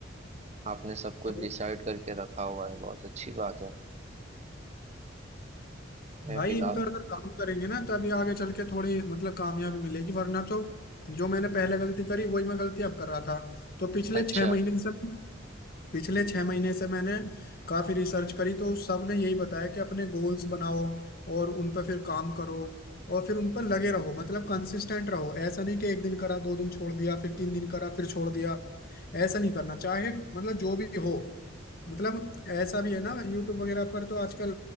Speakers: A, on the right; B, on the left.
A: आपने सब कुछ
B: तो
A: डिसाइड करके रखा हुआ है बहुत अच्छी बात है मैं
B: भाई
A: फिलहाल
B: इन पर अगर काम करेंगे ना तभी आगे चल के थोड़ी मतलब कामयाबी मिलेगी वरना तो जो मैंने पहले गलती करी वही मैं गलती अब कर रहा था तो पिछले
A: अच्छा
B: छह महीने से पिछले छह महीने से मैंने काफी रिसर्च करी तो सब ने यही बताया कि अपने गोल्स बनाओ और उन पर फिर काम करो और फिर उन पर लगे रहो मतलब कंसिस्टेंट रहो ऐसा नहीं कि एक दिन करा दो दिन छोड़ दिया फिर तीन दिन करा फिर छोड़ दिया ऐसा नहीं करना चाहे मतलब जो भी हो मतलब ऐसा भी है ना यूट्यूब वगैरह पर तो आजकल